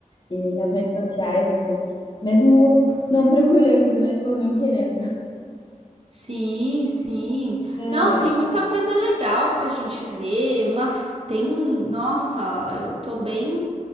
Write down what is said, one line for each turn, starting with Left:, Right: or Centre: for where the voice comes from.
Left: e, e nas redes sociais e tudo. Mesmo não procurando, né? Ou não querendo.
Right: Sim, sim.
Left: Ai,
Right: Não,
Left: ai.
Right: tem muita coisa legal pra gente ver. Uma f- tem, nossa, eu tô bem,